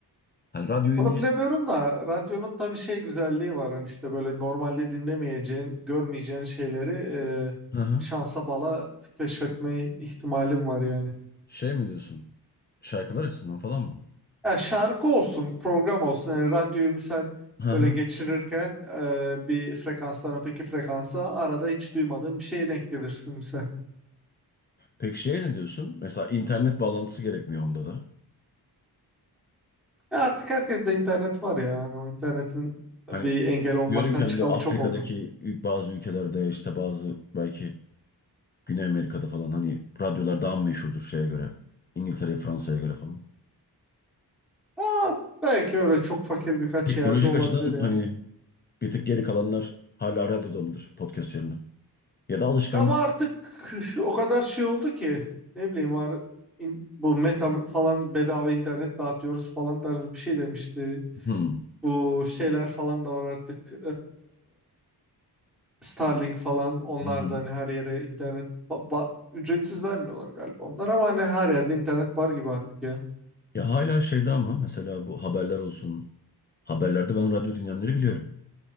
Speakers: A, on the left; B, in the centre.
A: Hani radyoyu
B: Onu
A: niye?
B: bilemiyorum da radyonun tabii şey güzelliği var hani işte böyle normalde dinlemeyeceğin, görmeyeceğin şeyleri e,
A: Hı hı.
B: şansa bala keşfetme ihtimalim var yani.
A: Şey mi diyorsun? Şarkılar açısından falan mı?
B: Ya şarkı olsun, program olsun. Yani radyoyu misal
A: Hı
B: böyle
A: hı.
B: geçirirken e, bir frekanstan öteki frekansa arada hiç duymadığın bir şeye denk gelirsin misal.
A: Peki şeye ne diyorsun? Mesela internet bağlantısı gerekmiyor onda da.
B: E artık herkes de internet var ya. Hani o internetin bir
A: Hani
B: engel olmaktan
A: diyorum ki hani
B: çıkalı
A: böyle Afrika'daki
B: çok oldu.
A: ül- bazı ülkelerde işte bazı belki Güney Amerika'da falan hani radyolar daha mı meşhurdur şeye göre. İngiltere'ye, Fransa'ya göre falan.
B: Aa, belki öyle çok fakir birkaç
A: Teknolojik
B: yerde olabilir
A: açıdan
B: yani.
A: hani bir tık geri kalanlar hala radyoda mıdır podcast yerine? Ya da alışkanlık.
B: Ama artık <laughs> o kadar şey oldu ki ne bileyim var in- bu meta falan bedava internet dağıtıyoruz falan tarzı bir şey demişti.
A: Hmm.
B: Bu şeyler falan da var artık. Starlink falan onlar
A: Hmm.
B: da hani her yere internet ba- ba- ücretsiz vermiyorlar galiba onlar ama hani her yerde internet var gibi artık ya.
A: Ya hala şeyde ama mesela bu haberler olsun. Haberlerde ben radyo dinleyenleri biliyorum.